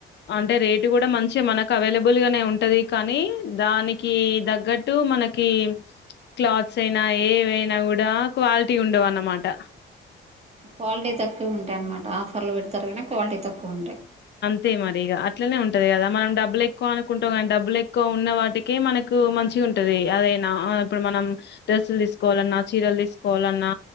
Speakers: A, on the left; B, on the right.
A: అంటే రేటు కూడా మంచిగా మనకు అవైలబుల్గానే ఉంటుంది కానీ దానికి తగ్గట్టు మనకి క్లాత్స్ అయినా ఏవైనా కూడా క్వాలిటీ ఉండవున్నమాట
B: క్వాలిటీ తక్కువ ఉంటాయి అనమాట ఆఫర్లు పెడతరుగని క్వాలిటీ తక్కువుంటాయి
A: తే మరి అట్లనే ఉంటది కదా మనం డబ్బులు ఎక్కువ అనుకుంటాం కానీ డబ్బులు ఎక్కువ ఉన్న వాటికే మనకు మంచి ఉంటది అదైనా ఇప్పుడు మనం డ్రెస్సులు తీసుకోవాలన్నా చీరలు తీసుకోవాలన్నా